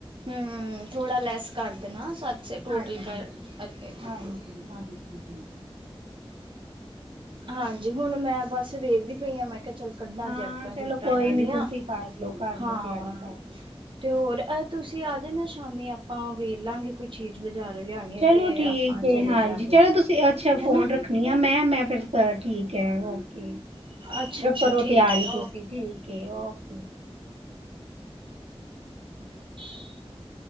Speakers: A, on the right; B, on the right.
A: ਹੂੰ, ਥੋੜਾ ਲੈਸ ਕਰ ਦੇਣਾ ਸੱਤ ਛੇ ਟੋਟਲ
B: ਹਾਂਜੀ
A: ਕਰ ਕਰਕੇ ਅਗੇ।
B: ਹਾਂਜੀ ਹਾਂਜੀ।
A: ਹਾਂਜੀ, ਹੁਣ ਮੈਂ ਬੱਸ ਵੇਖਦੀ ਪਈ ਹਾਂ ਮੈਂ ਕਿਹਾ ਚੱਲ ਕੱਢਣਾ
B: ਹਾਂ
A: ਜੈਕਟਾਂ
B: ਚਲੋ
A: ਜੁਕਟਾਂ
B: ਕੋਈ
A: ਇਹਨਾਂ
B: ਨੀ
A: ਦੀਆਂ,
B: ਤੁਸੀਂ ਕਰ ਲਓ ਕਰ ਲਓ
A: ਹਾਂ।
B: ਤਿਆਰੀ ਕਰ
A: ਤੇ ਹੋਰ ਤੁਸੀਂ ਆ ਜਾਣਾ ਸ਼ਾਮੀ ਆਪਾਂ ਵੇਖ ਲਾਂਗੇ ਕੁਝ। ਚੀਜ਼ ਬਾਜ਼ਾਰ ਲਿਆਣੀ ਹੈ
B: ਚਲੋ
A: ਤੇ
B: ਠੀਕ
A: ਆਪਾਂ
B: ਏ
A: ਚਲੇ
B: ਹਾਂਜੀ
A: ਜਾਗੇ
B: ਚਲੋ ਤੁਸੀਂ ਅੱਛਾ ਫੋਨ
A: ਹਨਾ।
B: ਰੱਖਣੀ ਆ ਮੈਂ ਮੈਂ ਫਿਰ ਠੀਕ ਹੈ ਓਕੇ
A: ਅੱਛਾ ਅੱਛਾ
B: ਕਰੋ
A: ਠੀਕ
B: ਤਿਆਰੀ
A: ਹੈ,
B: ਹੀ ਤੁਸੀਂ
A: ਓ
B: ਠੀਕ। ਕੇ ਉਹ
A: <unintelligible>